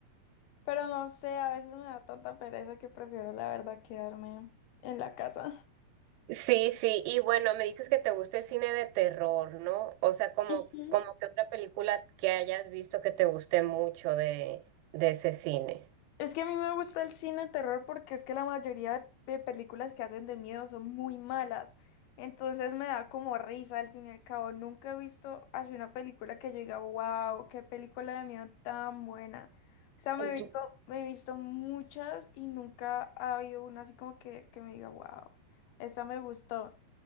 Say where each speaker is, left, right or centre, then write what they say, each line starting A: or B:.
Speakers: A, on the left; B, on the right.
A: pero no sé, a veces me da tanta pereza que prefiero la verdad quedarme en la casa.
B: Sí, sí, y bueno, me dices que te gusta el cine de terror, ¿no? O sea, como,
A: <laughs>
B: como que otra película que hayas visto que te guste mucho de, de ese cine.
A: Es que a mí me gusta el cine de terror porque es que la mayoría de de películas que hacen de miedo son muy malas. Entonces me da como risa al fin y al cabo. Nunca he visto así una película que yo diga, wow, qué película de miedo tan buena. O sea, me
B: Ujú.
A: he visto, me he visto muchas y nunca ha habido una así como que, que me diga, wow, esta me gustó.